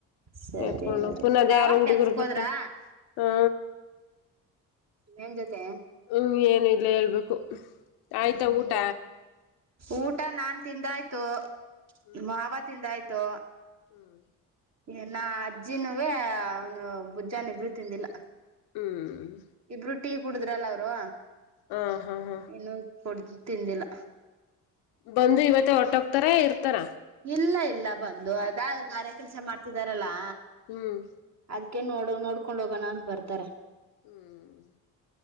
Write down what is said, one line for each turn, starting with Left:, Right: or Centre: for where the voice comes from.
Right: ಸರಿ
Left: ಎದ್ಕೊಂಡು
Right: ಹಾಗಾದ್ರೆ
Left: ಪುನಾದ್
Right: ಬಾವ
Left: ಯಾರು ಹುಡುಗರ್
Right: ಕೆಲ್ಸಕ್
Left: ಬರ್ತಾರ್
Right: ಹೋದ್ರಾ
Left: ಹ್ಮ
Right: ನಿನ್ ಜೊತೆ
Left: ಹ್ಮ. ಈಗ್ಲೇ ಹೇಳ್ಬೇಕು. ಆಯ್ತಾ
Right: ಹ್ಮ್
Left: ಊಟ.
Right: ಊಟ ನಾನ್ ತಿಂದ ಆಯ್ತು.
Left: ಹ್ಮ್
Right: ಮಾವ ತಿಂದಾಯ್ ತು.
Left: ಹ್ಮ್
Right: ಇನ್ನ ಅಜ್ಜಿನುವೇ ಅವನು ಬುಜ್ಜಾನ ಇಬ್ರು ತಿಂದಿಲ್ಲ.
Left: ಹ್ಮ್
Right: ಇಬ್ರು. ಟೀ ಕುಡುದ್ರಲ್ಲ ಅವರು.
Left: ಹ ಹಾ ಹಾ
Right: ಇನ್ನು ಕೊಡ್ ತಿಂದಿಲ್ಲ.
Left: ಬಂದು ಇವತ್ತೆ ಹೊಟ್ಟೋಗತಾರ ಇರ್ತಾರ.
Right: ಇಲ್ಲ ಇಲ್ಲ ಬಂದು ಅದ ಗಾರೆ ಕೆಲ್ಸ ಮಾಡ್ತಿದಾರಲ್ಲಾ.
Left: ಹ್ಮ್
Right: ಅದ್ಕೆ ನೋಡ್ ನೋಡ್ಕೊಂಡ್ ಹೋಗೋಣ ಅಂತ ಬರ್ತಾರೆ.
Left: ಹ್ಮ್